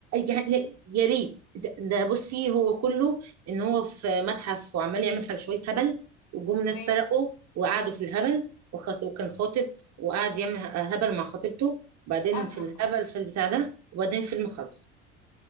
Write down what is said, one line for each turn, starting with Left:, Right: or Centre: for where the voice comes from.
Right: يعني يا ريت ده ده بصي هو كله ان هو في متحف وعمال يعمل حاجه شويه هبل وجم ناس
Left: ماشي
Right: سرقوا وقعدوا في الهبل وخط- وكان خاطب وقعد يعمل هبل مع خطيبته بعدين
Left: اصلا
Right: في الهبل
Left: بقى
Right: في البتاع ده وبعدين فيلم خلص